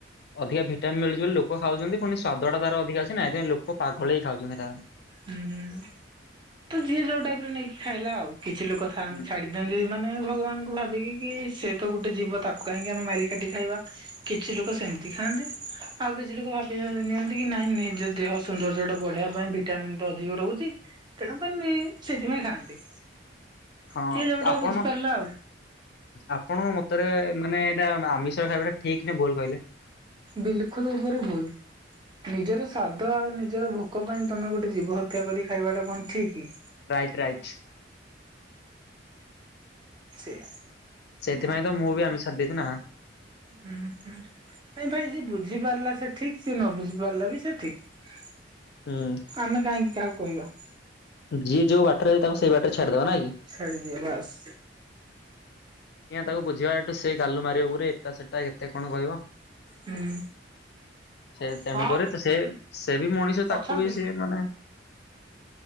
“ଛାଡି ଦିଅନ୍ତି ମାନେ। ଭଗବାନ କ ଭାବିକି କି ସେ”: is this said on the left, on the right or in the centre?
Right